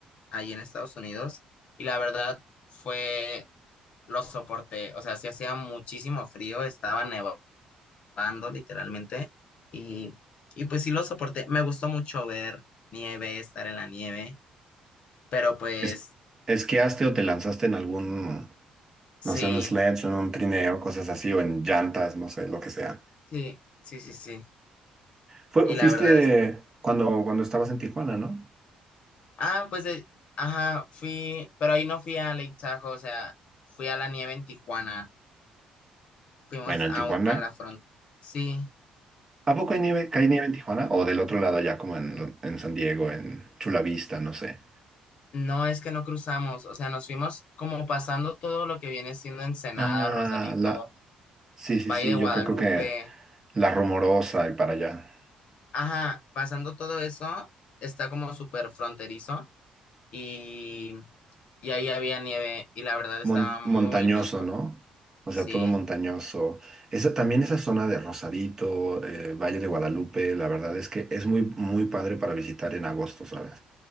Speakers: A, on the left; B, on the right.
A: ahí en Estados Unidos, y la verdad fue, lo soporté. O sea, sí hacía muchísimo frío, estaba nevando literalmente, y, y pues sí lo soporté. Me gustó mucho ver nieve, estar en la nieve, pero pues
B: Es, esquiaste o te lanzaste en algún,
A: sí,
B: no sé, un sledge, en un trineo, cosas así, o en llantas, no sé, lo que sea.
A: sí, sí, sí, sí.
B: Fue-
A: Y
B: fuiste
A: la verdad
B: cuando, cuando estabas en Tijuana, ¿no?
A: Ah, pues, eh, ajá, fui, pero ahí no fui a Lake Tahoe, o sea, fui a la nieve en Tijuana, fuimos
B: Bueno, en
A: a,
B: Tijuana.
A: a la frontera. Sí,
B: ¿A poco hay nieve? ¿Cae nieve en Tijuana? O del otro lado, ya como en, en San Diego, en Chula Vista, no sé.
A: no es que no cruzamos, o sea, nos fuimos como pasando todo lo que viene siendo Ensenada,
B: Ah,
A: Rosarito,
B: la. Sí, sí,
A: Valle
B: sí,
A: de Guadalupe,
B: yo creo que la rumorosa y para allá.
A: ajá, pasando todo eso, está como súper fronterizo y, y ahí había nieve y la verdad
B: Mon-
A: estaba muy
B: montañoso,
A: lindo.
B: ¿no? O
A: Sí,
B: sea, todo montañoso. Esa, también esa zona de Rosarito, eh, Valle de Guadalupe, la verdad es que es muy, muy padre para visitar en agosto, ¿sabes?